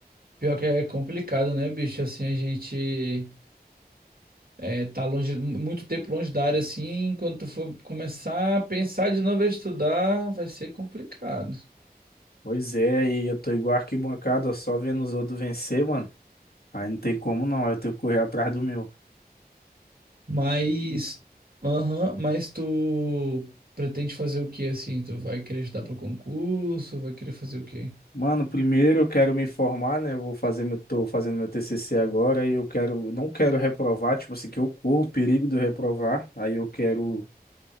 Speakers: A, on the right; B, on the left.
A: Pior que é complicado, né, bicho? Assim, a gente é, tá longe, muito tempo longe da área assim, quando tu for começar a pensar de novo a estudar, vai ser complicado.
B: Pois é, e eu tô igual arquibancada, ó, só vendo os outros vencer, mano. Aí não tem como não, aí eu tenho que correr atrás do meu.
A: Mas, aham, mas tu pretende fazer o que assim? Tu vai querer estudar para concurso? Vai querer fazer o quê?
B: Mano, primeiro eu quero me formar, né? Eu vou fazer meu, tô fazendo meu TCC agora e eu quero, não quero reprovar, tipo assim, que eu corro o perigo de eu reprovar. Aí eu quero,